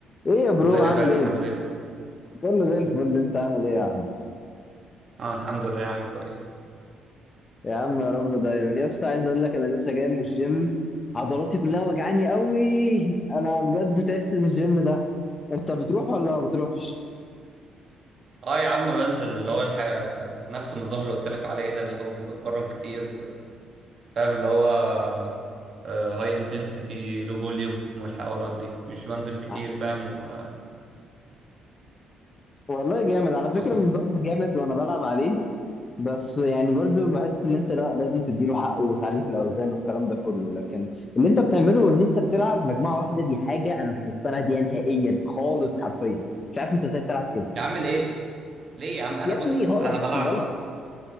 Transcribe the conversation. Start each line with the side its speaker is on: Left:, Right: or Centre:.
Left: ايه يا برو
Right: ازيك
Left: عامل
Right: يا فاتح
Left: ايه؟
Right: عامل ايه؟
Left: كله زي الفل انت عامل ايه يا عم؟
Right: اه الحمد لله يا عم كويس
Left: يا عم يا رب دايما يا اسطى عايز اقول لك انا لسه جاي من الجيم عضلاتي كلها وجعاني قوي انا بجد تعبت من الجيم ده انت بتروح ولا ما بتروحش؟
Right: اه يا عم بنزل اللي هو الحاجة نفس النظام اللي قلت لك عليه ده اللي هو مش بتمرن كتير و- فاهم اللي هو هاي انتنسيتي لو فوليوم والحوارات دي مش بنزل كتير
Left: ع-
Right: فاهم و... آه،
Left: والله جامد على
Right: بتم-
Left: فكرة النظام ده جامد وانا بلعب عليه بس يعني برضو بحس ان انت لا لازم تديله حقه وتعليه في الاوزان والكلام ده كله لكن اللي انت بتعمله ان انت بتلعب مجموعة واحدة دي حاجة انا مش مقتنع بيها نهائيا خالص حرفيا مش عارف انت ازاي بتلعب كده
Right: يا عم ليه؟ ليه يا عم انا
Left: يا
Right: بص
Left: ابني غلط
Right: انا بلعب
Left: غلط